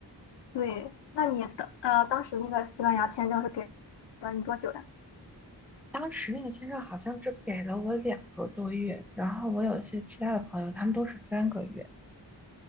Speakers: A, on the left; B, in the centre.
A: 对，那你当呃当时那个西班牙签证是给了你多久呀？
B: 当时那个签证好像只给了我两个多月，然后我有些其他的朋友，他们都是三个月。